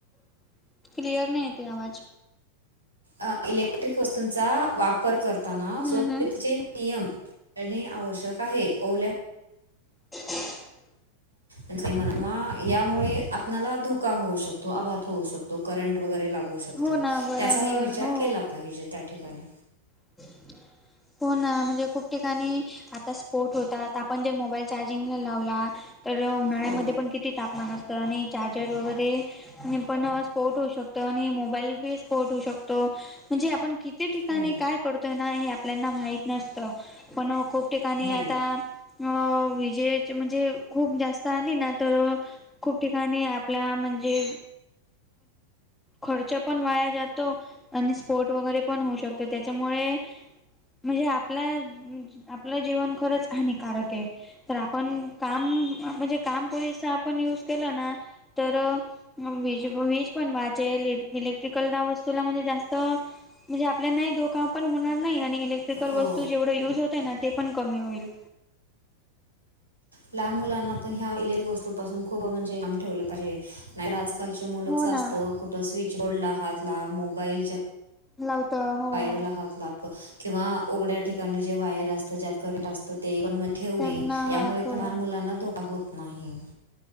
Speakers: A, in the centre; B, on the right.
A: <inaudible> क्लिअर नाही येत आवाज,
B: अ इलेक्ट्रिक वस्तूंचा वापर करताना
A: हम्म
B: स्चे
A: हम्म
B: पयम करणे आवश्यक आहे ओल्या
A: <unintelligible>
B: णा यामुळे आपल्याला धोका होऊ शकतो अघात होऊ शकतो तो करंट वगैरे लागू शकतो
A: हो ना बरोबर
B: त्याचाही विचार
A: हो
B: केला, पाहिजे त्या ठिकाणी.
A: ह फोन म्हणजे खूप ठिकाणी आता स्पोर्ट होतात, आपण जर मोबाईल चार्जिंगला लावला. तर उन्हाळ्यामध्ये
B: हो
A: पण किती तापमान, असतं आणि चार्जर वगैरे. आणि पण स्पोर्ट होऊ, शकतो आणि मोबाईल बी स्पोर्ट होऊ शकतो. म्हणजे आपण किती ठिकाणी
B: हो
A: काय करतोय, ना हे आपल्याना माहत नसत पण खूप ठिकाणी
B: हो
A: आता विजये. म्हणजे खूप जास्त आली ना तर, खूप ठिकाणी आपला म्हणजे. खर्च पण वाया जातो, आणि स्पोट वगैरे पण होऊ शकतो. तर त्याच्यामुळे. म्हणजे आपला आपलं, जीवन खरंच हानिकारक आहे. तर आपण काम म्हणजे, काम पुरीसा आपण युज केलं ना तर. वज वीज पण वय इलेक्ट्रिकल, वस्तूला म्हणजे जास्त म्हणजे. आपला नाही धोकाा पण होणार नाही, आणि इलेक्ट्रिकल
B: हो
A: वस्तू जेवढं युज, होत ना ते पण कमी होईल.
B: लहान मुलांना पण ह्या इलेक्ट्रिक वस्तू पाासून, खूप म्हणजेम ठेवलं पाहिजे. नाही आजकालचे मुलं
A: हो ना
B: असत, कुठ स्विच बडला हातला मोबाईल.
A: लावत. हो
B: वायराला हात लागत किंवा उघड्या ठिकाणी, जे वायर असत ज्यात करंट असत ते पण. ठेवणे
A: त्यांना
B: यामुळे
A: हा तो
B: पान, मुलांना धोका होत नाही.